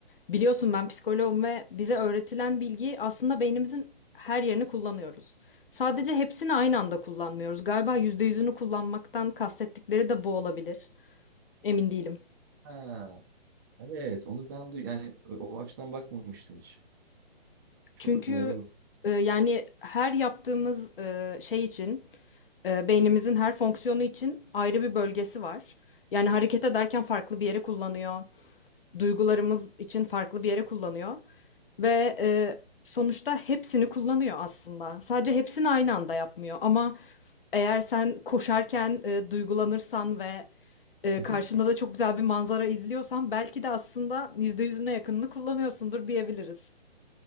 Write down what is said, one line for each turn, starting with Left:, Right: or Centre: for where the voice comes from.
Left: Biliyorsun ben psikoloğum ve bize öğretilen bilgi aslında beynimizin her yerini kullanıyoruz. Sadece hepsini aynı anda kullanmıyoruz. Galiba yüzde yüzünü kullanmaktan kastettikleri de bu olabilir. Emin değilim.
Right: Ha, evet onu ben duy yani o o açıdan bakmamıştım hiç. Çok
Left: Çünkü
Right: doğru.
Left: e, yani her yaptığımız e, şey için e, beynimizin her fonksiyonu için ayrı bir bölgesi var. Yani hareket ederken farklı bir yere kullanıyor. Duygularımız için farklı bir yere kullanıyor. Ve e, sonuçta hepsini kullanıyor aslında. Sadece hepsini aynı anda yapmıyor. Ama eğer sen koşarken e, duygulanırsan ve e,
Right: <laughs>
Left: karşında da çok güzel bir manzara izliyorsan belki de aslında %100'üne yakınını kullanıyorsundur diyebiliriz.